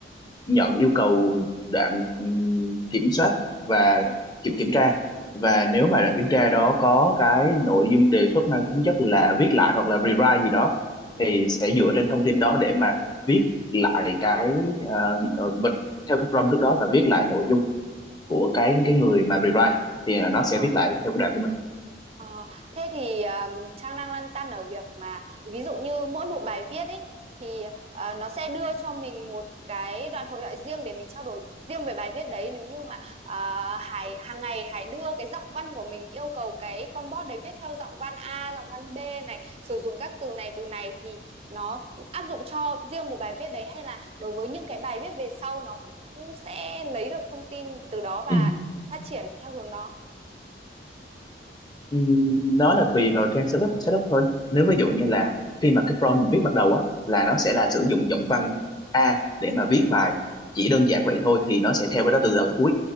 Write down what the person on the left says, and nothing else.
nhận yêu cầu đoạn ừm, kiểm soát và
kiểm kiểm tra và
nếu mà đoạn kiểm tra đó có cái nội dung đề xuất mang tính chất là viết lại hoặc là rewrite gì đó
thì sẽ dựa trên thông tin đó để mà viết lại cái ờ, ờ, bật theo cái prompt trước đó và viết lại nội dung của
cái cái người mà rewrite thì ờ, nó sẽ
viết lại theo cái đoạn của
mình
Ừm, nó là tùy vào trang setup setup thôi nếu ví dụ như là
khi mà cái prompt mình viết bắt đầu á là nó
sẽ là sử dụng giọng văn A để mà viết
bài chỉ đơn
giản vậy thôi thì nó sẽ theo cái đó từ đầu tới cuối